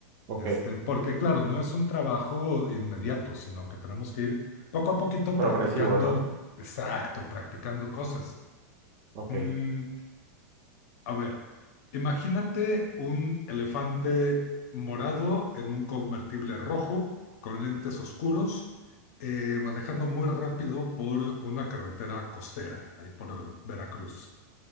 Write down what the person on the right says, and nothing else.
Ok,
progresivo,
¿no?
Ok,